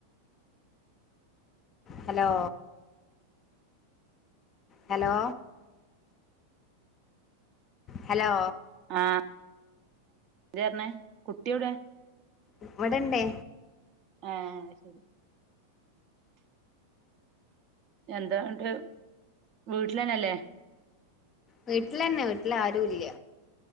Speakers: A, on the left; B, on the right.
A: ഹലോ ഹലോ ഹലോ
B: ആഹ എത്രണേ കുട്ടിവിടെ
A: ഇവിടെണ്ടേ
B: ആഹ ശരി എന്താണ്ട് വീട്ടിലന്നെല്ലേ
A: വീട്ടിലന്നെ വീട്ടില് ആരു ഇല്ല